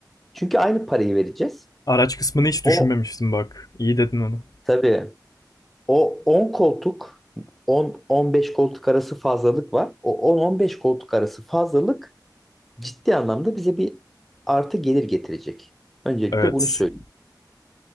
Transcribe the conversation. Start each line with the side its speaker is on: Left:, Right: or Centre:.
Centre: Çünkü aynı parayı vereceğiz.
Left: Araç kısmını hiç düşünmemiştim
Centre: O
Left: bak. İyi dedin onu.
Centre: tabii o 10 koltuk 10-15 koltuk arası fazlalık var. O 10-15 koltuk arası fazlalık ciddi anlamda bize bir artı gelir getirecek. Öncelikle
Left: Evet.
Centre: bunu söyleyeyim.